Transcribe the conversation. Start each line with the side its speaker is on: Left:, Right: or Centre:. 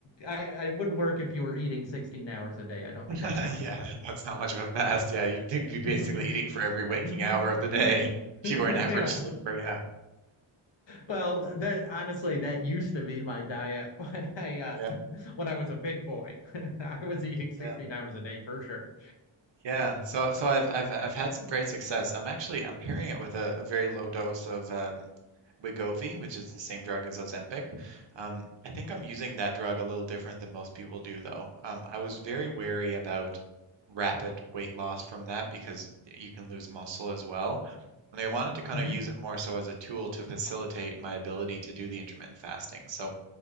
Left: I I wouldn't work if you were eating 16 hours a day. I don't
Right: <laughs>
Left: think that counts.
Right: Yeah, that's not much of a fast. Yeah, you'd
Left: <laughs>
Right: be basically eating for every waking hour of the day
Left: <laughs>
Right: if
Left: Yeah.
Right: you were an average sleeper. Yeah,
Left: Well, that honestly, that used to be my diet <laughs> when I uh
Right: yeah,
Left: <laughs> when I was a big boy. <laughs> I was eating 16
Right: yeah.
Left: hours a day for sure.
Right: Yeah, so so I've I've I've had some great success. I'm actually I'm pairing it with a, a very low dose of um, Wegovy, which is the same drug as Ozempic. Um, I think I'm using that drug a little different than most people do, though. Um, I was very wary about rapid weight loss from that because you can lose muscle as well. And I wanted to kind
Left: hmm
Right: of use it more so as a tool to facilitate my ability to do the intermittent fasting. So